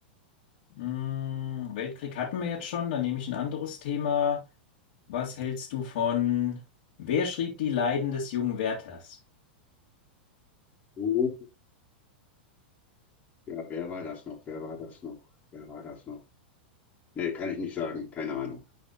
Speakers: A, on the left; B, on the left.
A: mh, Weltkrieg hatten wir jetzt schon, dann nehme ich ein anderes Thema. Was hältst du von Wer schrieb die Leiden des jungen Werthers?
B: Oh, ja, wer war das noch? Wer war das noch? Wer war das noch? Nee, kann ich nicht sagen. Keine Ahnung.